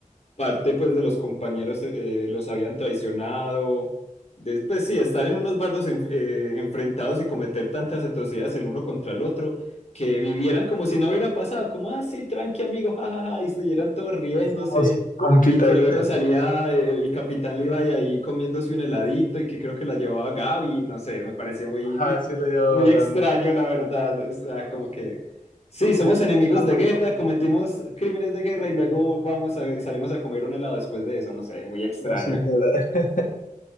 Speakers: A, on the left; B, on the left.
A: parte pues de los compañeros eh, eh, los habían traicionado. Después sí, estar en unos bardos enf- eh, enfrentados y cometer tantas atrocidades el uno contra el otro, que vivieran como si no hubiera pasado, como, ah, sí, tranqui amigo, <laughs> jajaja, y estuvieran todos riéndose,
B: somos compitas.
A: y que luego salía el capitán Levi ahí comiéndose un heladito y que creo que la llevaba Gaby, no sé, me pareció muy,
B: Ajá, sí
A: <laughs>
B: lo llevaba
A: muy extraño,
B: Gaby.
A: la verdad, o sea, como que... Sí, somos
B: Sí.
A: enemigos
B: Ah,
A: de
B: bueno.
A: guerra, cometimos crímenes de guerra y luego vamos a, y salimos a comer un helado después de eso, no sé, muy extraño.
B: No, sí, nada. <laughs>